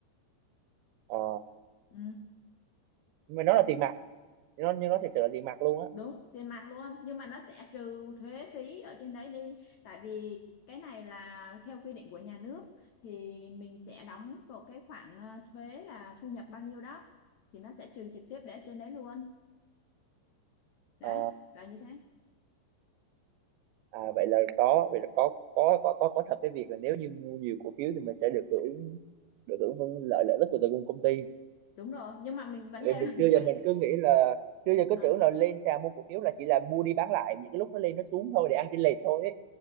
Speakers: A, on the right; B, on the left.
A: ờ
B: ừ.
A: nhưng mà nó là tiền mặt nó nhưng nó thật sự là tiền mặt luôn á
B: đúng tiền mặt luôn nhưng mà nó sẽ trừ thuế phí ở trên đấy đi tại vì cái này là theo quy định của nhà nước thì mình sẽ đóng vào cái khoản ờ, thuế là thu nhập bao nhiêu đó thì nó sẽ trừ trực tiếp để ở trên đấy luôn đấy
A: Ờ,
B: là như thế
A: à, vậy là có vậy là có có có có có thật cái việc là nếu như mua nhiều cổ phiếu thì mình sẽ được hưởng được hưởng phân lợi lợi ích của từ công công ty
B: đúng rồi nhưng mà mình vấn
A: tại
B: đề
A: vì mình
B: là <laughs> mình
A: xưa giờ
B: phải
A: mình cứ nghĩ là xưa giờ cứ
B: à,
A: tưởng là lên sàn mua cổ phiếu là chỉ là mua đi bán lại những cái lúc nó lên nó xuống thôi để ăn chênh lệch thôi ấy.